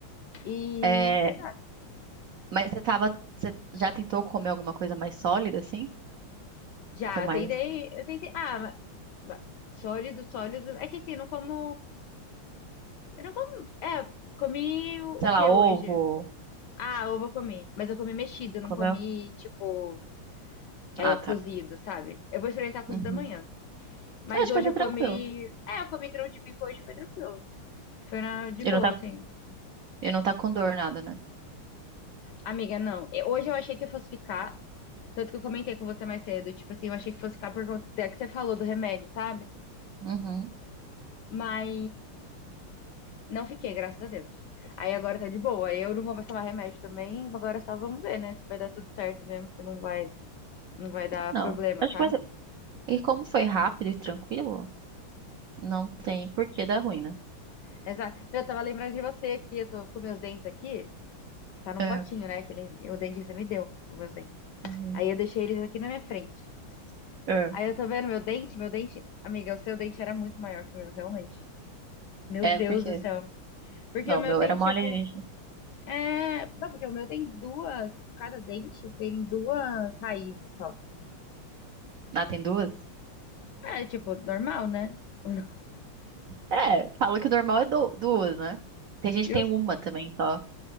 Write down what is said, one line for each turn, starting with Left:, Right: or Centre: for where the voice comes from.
Left: E
Right: É,
Left: não fez nada.
Right: mas você tava, você já tentou comer alguma coisa mais sólida, assim?
Left: Já,
Right: Com mais,
Left: eu tentei, eu tentei. Ah, ma- ma- sólido, sólido. É que assim, eu não como. Eu não como. É, comi o, o
Right: sei
Left: que
Right: lá, ovo?
Left: hoje? Ah, ovo eu comi. Mas eu comi mexido, eu não
Right: Comeu?
Left: comi, tipo, é,
Right: Ah,
Left: cozido,
Right: tá.
Left: sabe? Eu vou experimentar cozido
Right: Uhum.
Left: amanhã. Mas
Right: Eu acho
Left: hoje
Right: que vai ser
Left: eu
Right: tranquilo.
Left: comi. É, eu comi grão de bico hoje, foi tranquilo. Foi na- de boa,
Right: E não tá,
Left: assim.
Right: e não tá com dor, nada, né?
Left: Amiga, não. Eu- Hoje eu achei que eu fosse ficar, tanto que eu comentei com você mais cedo, tipo assim, eu achei que fosse ficar por conta da que você falou do remédio, sabe?
Right: Uhum.
Left: Mas não fiquei, graças a Deus. Aí agora tá de boa. Eu não vou mais tomar remédio também, agora só vamos ver, né? Se vai dar tudo certo mesmo, se não vai, não vai dar
Right: Não,
Left: problema,
Right: acho
Left: sabe?
Right: que vai ser. E como foi rápido e tranquilo, não tem por que dar ruim, né?
Left: Exato. Eu tava lembrando de você aqui, eu tô com meus dentes aqui, tá num
Right: É.
Left: potinho, né? Aquele, o dentista me deu, os meus dentes.
Right: Uhum.
Left: Aí eu deixei eles aqui na minha frente.
Right: É.
Left: Aí eu tô vendo meu dente, meu dente, amiga, o seu dente era muito maior que o meu, realmente. Meu Deus
Right: É, porque.
Left: do céu. Porque
Right: Não,
Left: o meu
Right: o meu
Left: tem,
Right: era
Left: tipo.
Right: mole alienígena.
Left: É. Não, porque o meu tem duas. Tipo, cada dente tem duas raízes só.
Right: Ah, tem duas?
Left: É, tipo, normal, né? Ou não?
Right: É, falam que o normal é do- duas, né? Tem gente
Left: E,
Right: que tem
Left: os...
Right: uma também só.